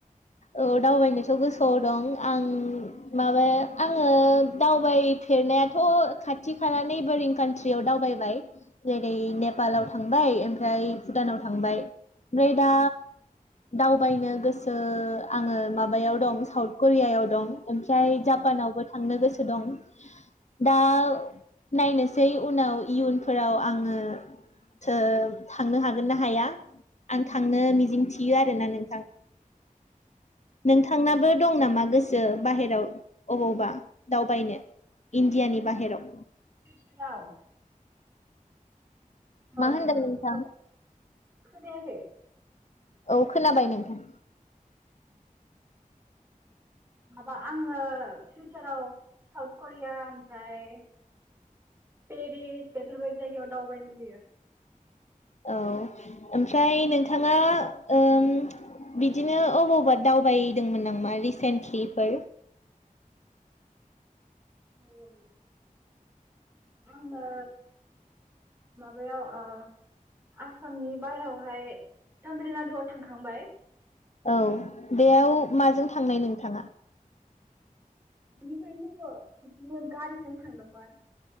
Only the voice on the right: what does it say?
फिउचाराव ओं
ओं
साउथ खोनायाखै?
<inaudible> माबा आङो फिउचाराव साउथ करिया ओमफ्राय पेरिस बेफोरबायदि जायगायाव दावबायनो लुुबैयो।
औ। आङो माबायाव ओ आसामनि बाहेरावहाय तामिल नाडुआव थांखांबाय।
बिनिफ्राय जोङो बिदिनो गारिजों थांदोंमोन।